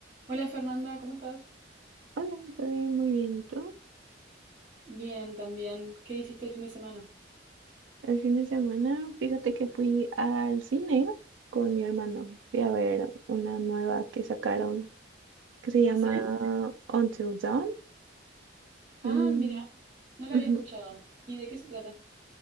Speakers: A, on the right; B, on the right.
A: Hola Fernanda, ¿cómo estás?
B: Hola, estoy muy bien, ¿y tú?
A: Bien, también. ¿Qué hiciste el fin de semana?
B: El fin de semana, fíjate que fui al cine con mi hermano. Fui a ver una nueva que sacaron que se llama
A: ¿Ah, sí?
B: Until Dawn.
A: Ah,
B: Mm,
A: mira, no lo había
B: ujú.
A: escuchado. ¿Y de qué se trata?